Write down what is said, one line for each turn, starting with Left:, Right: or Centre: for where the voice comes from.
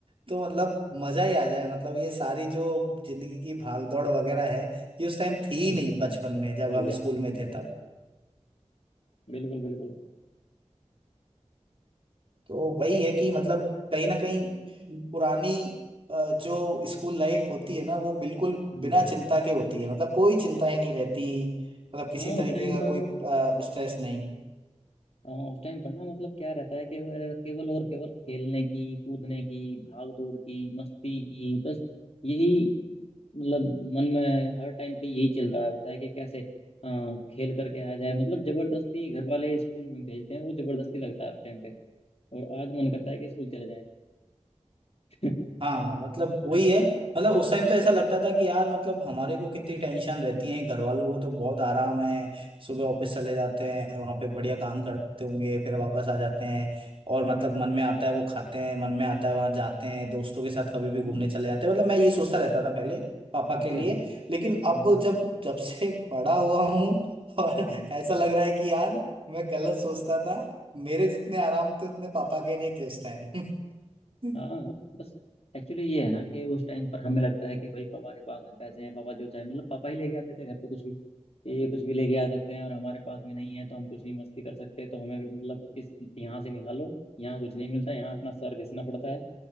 Right: तो मतलब मजा ही आ जाए मतलब ये सारी जो जिंदगी की भागदौड़ वगैरह है ये उस टाइम थी
Left: बस
Right: ही नहीं
Left: बताओ
Right: बचपन में जब
Left: बढ़िया
Right: हम
Left: हम्म,
Right: स्कूल में थे तब
Left: बिल्कुल बिल्कुल
Right: तो वही है कि मतलब कहीं ना कहीं पुरानी अ, जो स्कूल लाइफ होती है ना वो बिल्कुल
Left: हम्म,
Right: बिना चिंता के होती है मतलब कोई चिंताएं नहीं रहती मतलब किसी
Left: हाँ
Right: तरीके
Left: उस टाइम
Right: का
Left: पर
Right: कोई स्ट्रेस नहीं
Left: हाँ उस टाइम पर ना मतलब क्या रहता है कि वह केवल और केवल खेलने की कूदने की भाग दौड़ की मस्ती की बस यही मतलब मन में हर टाइम पे यही चल रहा होता है कि कैसे अ, खेल करके आ जाए मतलब जबरदस्ती घर वाले स्कूल में भेजते हैं वो जबरदस्ती लगता है उस टाइम पे और आज मन करता है कि स्कूल चले जाएं <laughs> है
Right: हाँ मतलब वही
Left: ना?
Right: है मतलब उस टाइम तो ऐसा लगता था कि यार मतलब हमारे को कितनी टेंशन रहती है घर वालों को तो बहुत आराम है सुबह ऑफिस
Left: हम्म,
Right: चले जाते हैं वहां पे बढ़िया काम करते होंगे फिर वापस आ जाते हैं और मतलब मन में आता है वो खाते हैं मन में आता है वहां जाते हैं दोस्तों के साथ कभी भी
Left: हाँ
Right: घूमने चले जाते हैं मतलब मैं ये सोचता रहता था पहले पापा
Left: अच्छा
Right: के लिए लेकिन
Left: हम्म
Right: अब जब जब से <laughs> बड़ा हुआ हूँ और
Left: हम्म।
Right: ऐसा लग रहा है कि यार मैं गलत सोचता था मेरे जितने आराम थे उतने पापा के नहीं थे उस टाइम <laughs>
Left: हाँ बस एक्चुअली ये है ना कि उस टाइम पर हमें लगता है कि भाई पापा के पास में पैसे हैं पापा जो चाहे मतलब पापा ही लेके आते थे घर पे कुछ भी कि ये कुछ भी लेके आ सकते हैं और हमारे पास में नहीं है तो हम कुछ नहीं मस्ती कर सकते तो हमें भी मतलब इस यहाँ से निकालो यहाँ कुछ नहीं मिलता यहाँ अपना सर घिसना पड़ता है